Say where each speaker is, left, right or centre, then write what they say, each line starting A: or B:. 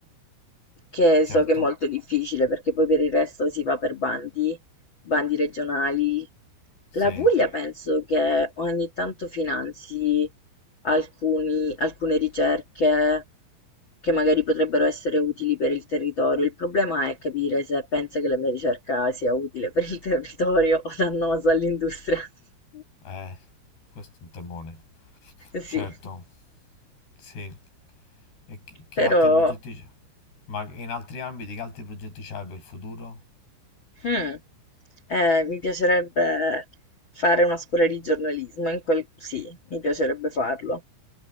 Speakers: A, on the left (about 75°); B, on the left (about 55°).
A: che
B: certo,
A: so che è molto difficile perché poi per il resto si va per bandi, bandi regionali.
B: sì,
A: La Puglia penso che ogni tanto finanzi alcuni alcune ricerche che magari potrebbero essere utili per il territorio. Il problema è capire se pensa che la mia ricerca sia utile per il <laughs> territorio o dannosa all'industria. <laughs>
B: eh, questo è un temone,
A: Sì,
B: certo, sì. E che, che
A: però
B: altri progetti c'è? Ma in altri ambiti che altri progetti c'hai per il futuro?
A: hmm, eh, mi piacerebbe fare una scuola di giornalismo, in quel... sì, mi piacerebbe farlo,